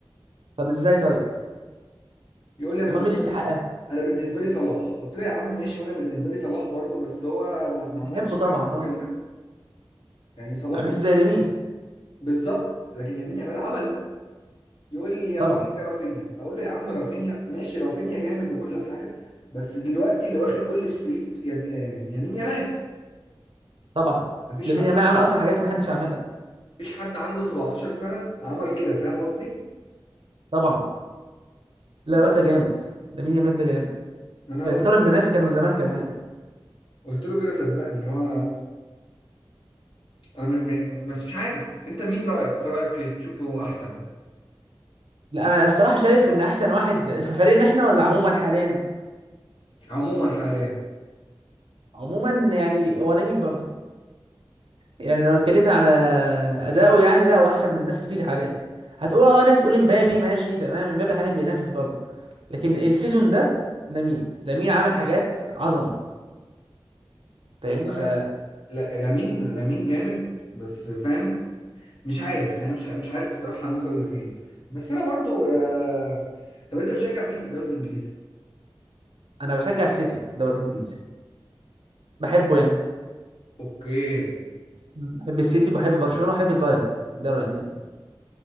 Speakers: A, on the right; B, on the left.
A: طب ازاي طيب
B: يقول لي انا
A: امال
B: بالنسبه
A: مين اللي يستحقها
B: لي انا بالنسبه لي صلاح قلت له يا عم ماشي وانا بالنسبه لي صلاح برضو بس هو ما, ما
A: بنحبه
B: عملش
A: طبعا
B: حاجه في
A: اه
B: ال- يعني صلاح
A: ما عملش
B: ما
A: زي لامين
B: بالظبط لكن يمين يامال عمل يقول لي يا
A: طبعا
B: صاحبي رافينيا اقول له يا عم رافينيا ماشي رافينيا جامد وكل حاجه بس دلوقتي اللي واخد كل الصيت يعني يعني يمين يمال
A: طبعا
B: مفيش
A: لامين
B: حد
A: يامال عمل اصلا حاجات ما حدش عملها
B: مفيش حد عنده 17 سنه عمل كده فاهم قصدي
A: طبعا لا الواد ده جامد ده مين يامال ده جامد
B: ما انا
A: ده
B: قلت
A: يتقارن
B: له
A: بناس كانوا زمان كمان
B: قلت له كده صدقني اللي هو انا م... م... بس مش عارف انت مين رايك في رايك تشوفه احسن
A: لا انا الصراحه شايف ان احسن واحد في فريقنا احنا ولا عموما حاليا
B: عموما حاليا
A: عموما يعني هو لامين برضه يعني لو اتكلمنا على اداؤه يعني لا هو احسن من ناس كتير حاليا هتقول اه ناس تقول امبابي ماشي تمام امبابي حاليا بينافس برضه لكن السيزون ده لامين لامين عامل حاجات عظمه فاهمني
B: هو
A: ف
B: لا لا- لامين لامين جامد بس فاهم مش عارف فاهم مش ع- مش عارف الصراحه هنوصل لفين بس انا برضو آه... طب انت بتشجع مين في الدوري الانجليزي
A: انا بشجع السيتي في الدوري الانجليزي بحبه يعني
B: اوكي
A: بحب السيتي بحب برشلونه وبحب البايرن في الدوري الالماني